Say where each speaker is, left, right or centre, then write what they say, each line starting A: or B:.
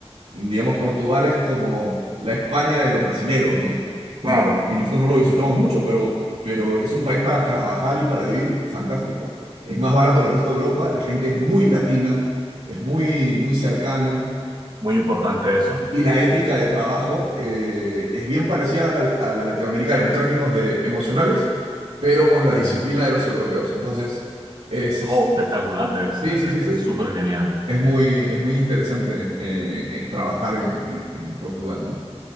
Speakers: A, on the right; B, on the right.
A: digamos, Portugal es como la España de los brasileros, ¿no?
B: Claro,
A: Y, no- y nosotros no lo visitamos mucho, pero, pero es un país para trabajar y para vivir fantástico. Es más barato que el resto de Europa, la gente es muy latina, es muy, muy cercana
B: muy importante eso.
A: y la ética de trabajo eh, es bien parecida a la, a la latinoamericana en términos de emocionales, pero con la
B: Ujú.
A: disciplina de los europeos. Entonces, es,
B: Oh,
A: es-
B: espectacular debe ser,
A: sí, sí,
B: debe
A: sí,
B: ser
A: sí.
B: súper genial.
A: Es muy, es muy interesante eh, eh, trabajar en, en- en Portugal, ¿no?